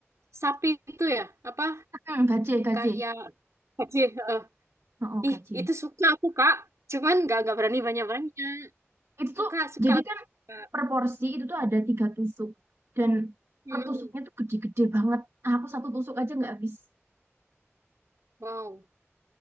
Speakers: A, on the right (about 85°); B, on the right (about 70°).
A: sapi itu ya? Apa?
B: hmm, gaje gaje
A: Kayak Haji, eh,
B: oh, oh gaje
A: Ih, itu suka aku, Kak. Cuman nggak nggak berani banyak-banyak.
B: Itu
A: Suka,
B: tuh
A: suka.
B: jadi
A: aku,
B: kan
A: Kak.
B: per porsi itu tuh ada tiga tusuk dan
A: Mm-mm.
B: per tusuknya tuh gede-gede banget. Ah, aku satu tusuk aja nggak habis.
A: Wow.